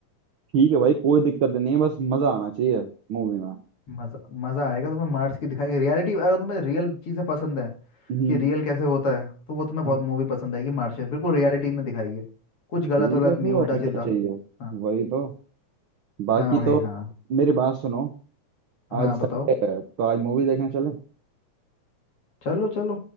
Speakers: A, on the right; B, on the left.
A: ठीक है भाई कोई दिक्कत नहीं है बस मजा आना चाहिए मूवी में
B: मजा मजा आएगा तुम्हें मार्स की दिखाएगी रियलिटी अगर तुम्हें रियल चीजें पसंद है
A: हम्म
B: कि रियल कैसे होता है तो वो तुम्हें
A: हाँ
B: बहुत मूवी पसंद आएगी मार्शियन बिल्कुल रियलिटी में दिखाई है कुछ
A: तो ठीक
B: गलत वलत
A: है फिर
B: नहीं उल्टा
A: और क्या
B: सीधा
A: चाहिए
B: हाँ
A: वही तो बाकी
B: हाँ भाई
A: तो
B: हाँ
A: मेरी बात सुनो
B: हाँ
A: आज
B: बताओ
A: संडे है तो आज मूवी देखने चले
B: चलो चलो